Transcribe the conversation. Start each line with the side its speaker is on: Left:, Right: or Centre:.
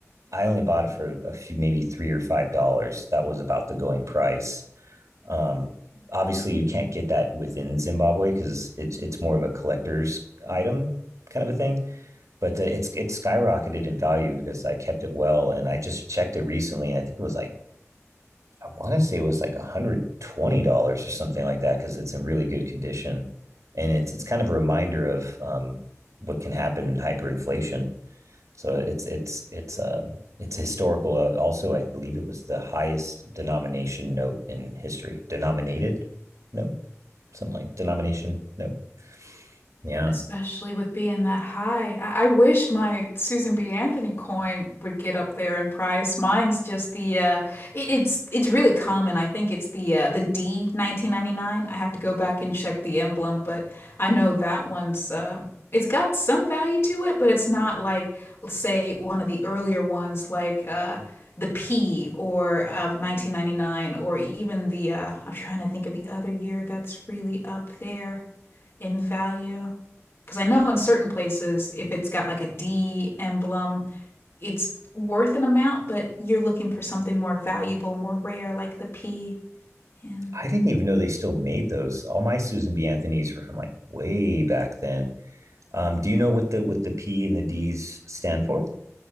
Right: I only bought it for a few, maybe three or five dollars. That was about the going price. Um, obviously, you can't get that within Zimbabwe because it's it's more of a collector's item kind of a thing. But uh, it's it's skyrocketed in value because I kept it well, and I just checked it recently, and I think it was like I want to say it was like one hundred twenty dollars or something like that because it's in really good condition, and it's it's kind of a reminder of um, what can happen in hyperinflation so it's it's it's um it's historical. Uh, Also, I believe it was the highest denomination note in history. Denominated note, something like denomination note. Yeah.
Left: Especially with being that high. I, I wish my Susan B. Anthony coin would get up there in price. Mine's just the uh it, it's it's really common. I think it's the uh the D 1999. I have to go back and check the emblem, but I know that one's uh, it's got some value to it, but it's not like let's say one of the earlier ones like uh the P or of 1999 or even the uh I'm trying to think of the other year that's really up there in value. Because I know in certain places, if it's got like a D emblem, it's worth an amount, but you're looking for something more valuable, more rare, like the P. And
Right: I didn't even know they still made those. All my Susan B. Anthony's were from like way back then. Um, do you know what the what the P and the D's stand for?